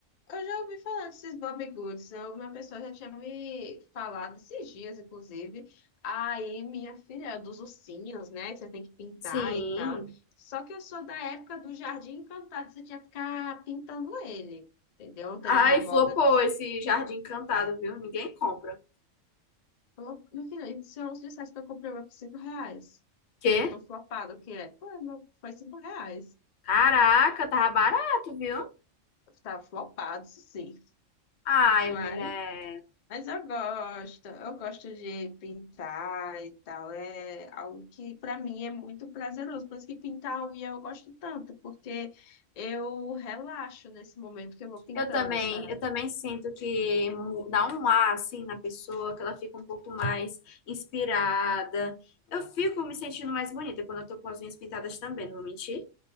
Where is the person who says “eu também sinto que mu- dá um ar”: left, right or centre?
Left